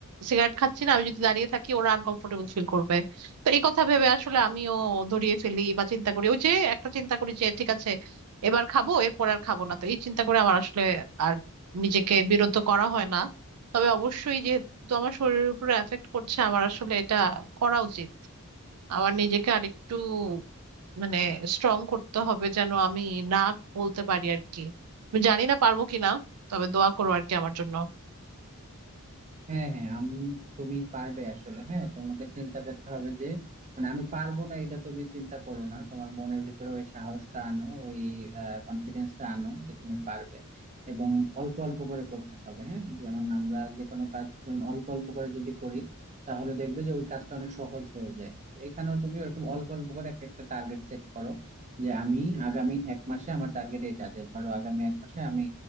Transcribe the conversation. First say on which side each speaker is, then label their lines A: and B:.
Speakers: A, on the right; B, on the right.
A: সিগারেট খাচ্ছি না আমি যদি দাঁড়িয়ে থাকি ওরা আনকমফোর্টেবল ফিল করবে তো এই কথা ভেবে আসলে আমিও ধরিয়ে ফেলি বা চিন্তা করি ওই যে একটা চিন্তা করি যে ঠিক আছে এবার খাবো এরপর আর খাবো না তো এই চিন্তা করে আমার আসলে আর নিজেকে বিরত করা হয় না তবে অবশ্যই যেহেতু আমার শরীরের উপরে এফেক্ট করছে আমার আসলে এটা করা উচিত আমার নিজেকে আরেকটু মানে স্ট্রং করতে হবে যেন আমি না বলতে পারি আর কি আমি জানি না পারবো কিনা তবে দোয়া করো আর কি আমার জন্য
B: হ্যাঁ হ্যাঁ আমি তুমি পারবে আসলে হ্যাঁ তোমাকে চিন্তা করতে হবে যে মানে আমি পারবো না এটা তুমি চিন্তা করো না তোমার মনের ভিতরে ওই সাহসটা আনো ওই কনফিডেন্সটা আনো যে তুমি পারবে এবং অল্প অল্প করে করতে হবে হ্যাঁ যেমন আমরা যে কোনো কাজ যেমন অল্প অল্প করে যদি করি তাহলে দেখবে যে ওই কাজটা অনেক সহজ হয়ে যায় এখানেও তুমি এরকম অল্প অল্প করে একটা একটা টার্গেট সেট করো যে আমি আগামী এক মাসে আমার টার্গেট এটা যে ধরো আগামী এক মাসে আমি